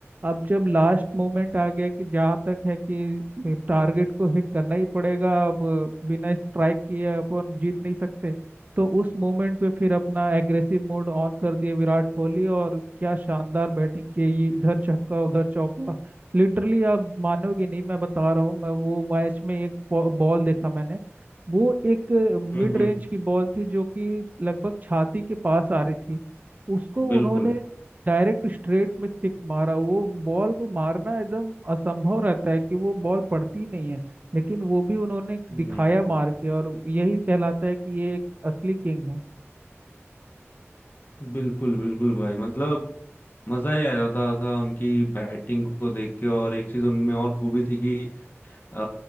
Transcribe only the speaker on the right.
अब जब लास्ट मोमेंट आ गया कि जहाँ तक है कि टारगेट को हिट करना ही पड़ेगा अब बिना स्ट्राइक किए अपन जीत नहीं सकते तो उस मोमेंट पे फिर अपना एग्रेसिव मोड ऑन कर दिए विराट कोहली और क्या शानदार बैटिंग की ये इधर छक्का उधर चौका लिटरली आप मानोगे नहीं मैं बता रहा हूँ मैं वो मैच में एक बॉल देखा मैंने वो एक मिड
रेंज की बॉल थी जो कि लगभग छाती के पास आ रही थी उसको
उन्होंने डायरेक्ट स्ट्रेट में सिक्स मारा वो बॉल को मारना एकदम असंभव रहता है कि वो बॉल पड़ती नहीं है लेकिन वो भी उन्होंने
दिखाया मार के और यही कहलाता है कि ये एक असली किंग है